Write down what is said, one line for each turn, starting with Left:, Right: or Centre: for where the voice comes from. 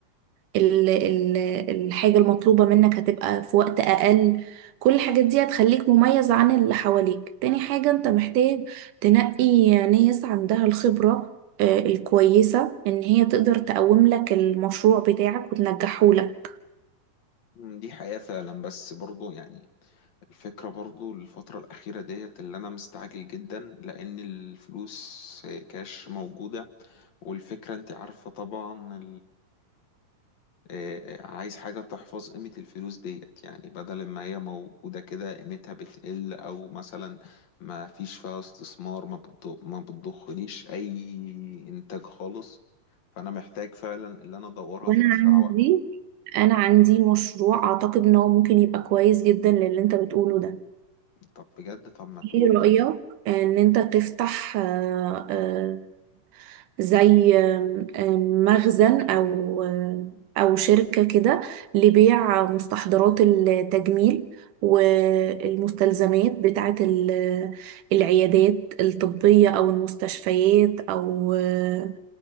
Right: ال ال الحاجة المطلوبة منك هتبقى في وقت أقل كل الحاجات دي هتخليك مميز عن اللي حواليك تاني حاجة انت محتاج تنقي ناس عندها الخبرة آه، الكويسة ان هي تقدر تقوم لك المشروع بتاعك وتنجحه لك
Left: دي حقيقة فعلا بس برضو يعني الفكرة برضو الفترة الأخيرة ديت اللي أنا مستعجل جدا لأن الفلوس كاش موجودة والفكرة أنت عارفة طبعا آه، عايز حاجة تحفظ قيمة الفلوس ديت يعني بدل ما هي موجودة كده قيمتها بتقل أو مثلا ما فيش فيها استثمار ما بتض- ما بتضخليش أي إنتاج خالص فأنا محتاج فعلا اللي أنا أدورها
Right: وانا
Left: في أسرع
Right: عندي
Left: وقت
Right: انا عندي مشروع اعتقد ان هو ممكن يبقى كويس جدا للي انت بتقوله ده
Left: طب بجد طب ما تقول
Right: ايه رأيك ان انت تفتح آه، آه، زي آم، آم، مخزن أو آه، أو شركة كده لبيع مستحضرات التجميل والمستلزمات بتاعة ال- العيادات الطبية أو المستشفيات أو آه،